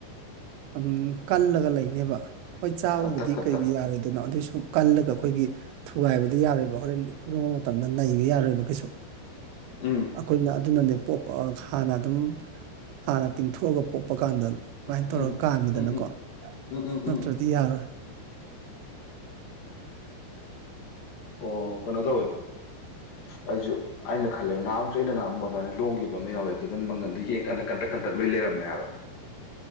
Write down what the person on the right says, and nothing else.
ꯎꯝ ꯀꯜꯂꯒ ꯂꯩꯅꯦꯕ ꯍꯣꯏ ꯆꯥꯕꯕꯨꯗꯤ
ꯀꯩꯒꯤ ꯌꯥꯔꯣꯏꯗꯣꯏꯅꯣ ꯑꯗꯨꯏꯁꯨ ꯀꯜꯂꯒ ꯑꯩꯈꯣꯏꯒꯤ ꯊꯨꯒꯥꯏꯕꯗꯤ ꯌꯥꯔꯣꯏꯕ ꯍꯣꯔꯦꯟ ꯏꯔꯣꯟꯕ ꯃꯇꯝꯗ ꯅꯩꯕ ꯌꯥꯔꯣꯏꯕ ꯀꯩꯁꯨ
ꯑꯩꯈꯣꯏꯅ ꯑꯗꯨꯅꯅꯦ ꯄꯣꯞ ꯍꯥꯟꯅ ꯑꯗꯨꯝ ꯍꯥꯟꯅ ꯇꯤꯡꯊꯣꯛꯑꯒ ꯄꯣꯞꯄ ꯀꯥꯟꯗ ꯑꯗꯨꯃꯥꯏꯅ ꯇꯧꯔꯒ
ꯀꯥꯝꯃꯤꯗꯅꯀꯣ
ꯅꯠꯇ꯭ꯔꯗꯤ
ꯌꯥꯔꯣꯏ